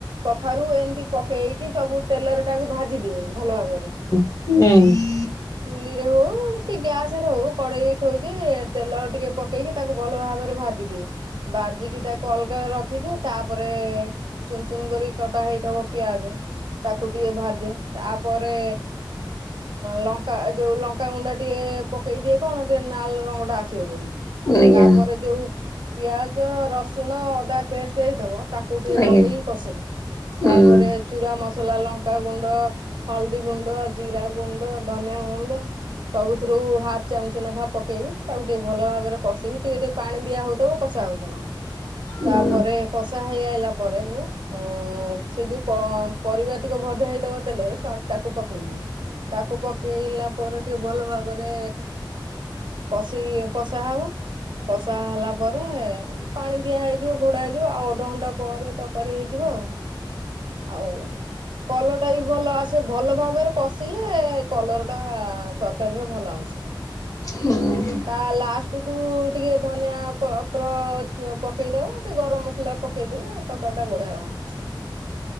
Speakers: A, on the right; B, on the left.
A: କଖାରୁ ଏମିତି ପକେଇକି ସବୁ ତେଲରେ ତାକୁ ଭାଜି ଦିଏ ଭଲ ଭାବରେ।
B: ହୁଁ।
A: ଚୁଲି ରେ ହଉ କି ଗ୍ୟାସ ରେ ହଉ କଡେଇରେ ଥୋଇକି ତେଲ ଟିକେ ପକେଇକି। ତାକୁ ଭଲ ଭାବରେ ଭାଜି ଦିଏ। ଭାଜିକି ତାକୁ ଅଲଗା ରଖିଦିଏ ତାପରେ। ଚୁନ୍ ଚୁନ୍ କରିକି କଟା ହେଇଥିବ ପିଆଜ। ତାକୁ ଟିକେ ଭାଜେ ତାପରେ ଲ। ଯୋଉ ଲଙ୍କାଗୁଣ୍ଡା ଟିକେ ପକେଇ ଦିଏ କଣ ଟିକେ ନାଲ୍ ରଙ୍ଗ ଟା ଆସିବ ବୋଲି।
B: ଆଜ୍ଞା
A: ତାପରେ ଯୋଉ ପିଆଜ ରସୁଣ ଅଦା ପେଷ୍ଟ ହେଇଥିବ। ତାକୁ ଟିକେ
B: ଆଜ୍ଞା
A: ପକେଇ କସେ। ତାପରେ
B: ଉଁ,
A: ଚୁରା ମସଲା ଲଙ୍କାଗୁଣ୍ଡ, ହଳଦୀ ଗୁଣ୍ଡ, ଜିରା ଗୁଣ୍ଡ। ଧନିଆ ଗୁଣ୍ଡ। ସବୁଥିରୁ ହାଫ ଚାମଚ ନେଖା ପକେଇବି। ତାକୁ ଟିକେ ଭଲ ଭାବରେ କଷିବି ଟିକେ ଟିକେ। ପାଣି ଦିଆ ହଉଥିବ କଷା ହଉଥିବ।
B: ଉଁ,
A: ତାପରେ କଷା ହେଇ ଆଇଲା ପରେ କୁ। ଉଁ ସେଇ ଯୋଉ ପ ପରିବାତିକ ଭଜା ହେଇଥିବ ତେଲରେ ସ ତାକୁ ପକେଇଦିଏ। ତାକୁ ପକେଇଲା ପରେ ଟିକେ ଭଲ ଭାବରେ। କଷି କଷା ହବ। କଷା ହେଲା ପରେ ପାଣି ଦିଆ ହେଇଯିବ ଘୋଡା ହେଇଯିବ ଆଉ ଅଧଘଣ୍ଟା ପରେ ତକାରୀ ହେଇଯିବ ଆଉ। ଆଉ। କଲରଟା ବି ଭଲ ଆସେ ଭଲ ଭାବରେ କଶିଲେ କଲର ଟା ତରକାରୀରେ ଭଲ ଆସେ।
B: ହୁଁ।
A: ତା ଲାଷ୍ଟ କୁ ଟିକେ ଧନିଆ ପତ୍ର ପକେଇ ଦବ। ଟିକେ ଗରମ ମସଲା ପକେଇଦେଲେ ତରକାରୀ ଟା ବଢିଆ ଆସେ।